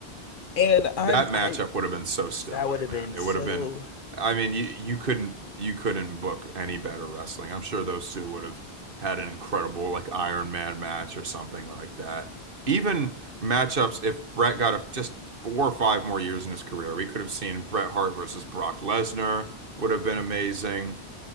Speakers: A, on the left; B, on the right.
A: And I'm
B: That matchup
A: I
B: would have been so stellar,
A: that would have
B: man.
A: been
B: It
A: so
B: would have been, I mean, you you couldn't you couldn't book any better wrestling. I'm sure those two would have had an incredible like Iron Man match or something like that. Even matchups, if Brett got a, just four or five more years in his career, we could have seen Bret Hart versus Brock Lesnar would have been amazing.